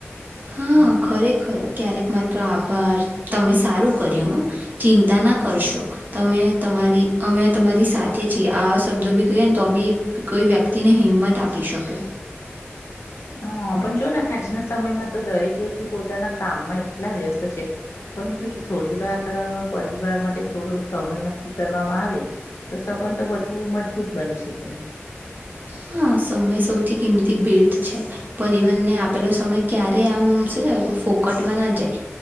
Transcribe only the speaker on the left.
હમ
<inaudible> હ પણ, જો ને આજના સમયમાં, તો દરેક વ્યક્તિ પોતાના કામમાં એટલા વ્યસ્ત છે. પરંતુ, જો થોડી વાર પરિવાર માટે થોડો સમય નક્કી કરવામાં આવે તો સંબંધ, તો વધુ મજબૂત બની શકે